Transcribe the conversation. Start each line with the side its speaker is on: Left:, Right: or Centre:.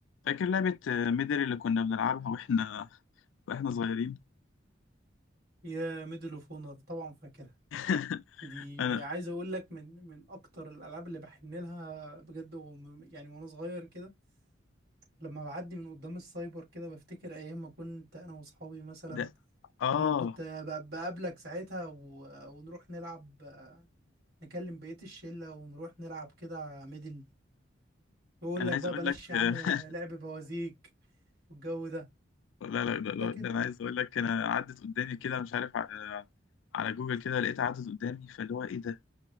Left: فاكر لعبة آه، ميدل اللي كنا بنلعبها واحنا واحنا صغيرين
Right: يا ميدل اوف اونر طبعا فاكرها
Left: <laughs>
Right: دي
Left: انا
Right: عايز اقول لك من من اكتر الالعاب اللي بحن لها بجد وم- يعني وانا صغير كده لما بعدي من قدام السايبر كده بفتكر ايام ما كنت انا واصحابي مثلا
Left: ده اه
Right: لما كنت ب- بقابلك ساعتها و- ونروح نلعب نكلم بقية الشلة ونروح نلعب كده ميدل يقول
Left: انا
Right: لك
Left: عايز
Right: بقى
Left: اقول
Right: بلاش
Left: لك <laughs>
Right: يا عم لعب بوازيك والجو ده
Left: لا لا ده, لا
Right: فاكر
Left: ده انا عايز اقول لك انا عدت قدامي كده مش عارف على على جوجل كده لقيتها عدت قدامي فاللي هو ايه ده